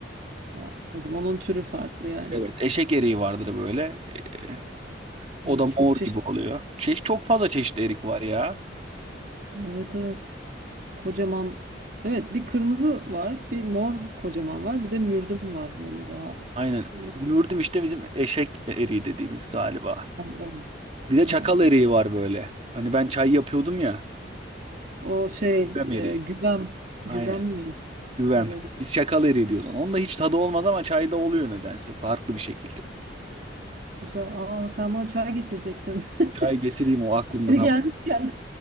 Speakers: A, on the right; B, on the right.
A: Ha, anladım. Onun türü farklı yani.
B: Evet, eşek eriği vardır böyle. Ee, o
A: Ay,
B: da mor
A: çok çeşitli.
B: gibi oluyor. Çeş çok fazla çeşit erik var ya.
A: Evet evet. Kocaman. Evet bir kırmızı var. Bir mor kocaman var. Bir de mürdüm var böyle daha.
B: Aynen.
A: Yok.
B: Mürdüm işte bizim eşek eriği dediğimiz galiba.
A: Tamam.
B: Bir de
A: Aa,
B: çakal eriği var böyle. Hani ben çay yapıyordum ya.
A: O şey
B: Güvem
A: e,
B: eriği.
A: güvem. Güvem
B: Aynen.
A: mi?
B: Güvem.
A: Evet.
B: Biz çakal eriği diyoruz ona. Onda hiç tadı olmaz ama çayda oluyor nedense. Farklı bir şekilde.
A: Güzel. Aa, sen bana çay getirecektin. <laughs>
B: Çay getireyim o aklımda
A: Biri
B: tamam.
A: gelmişken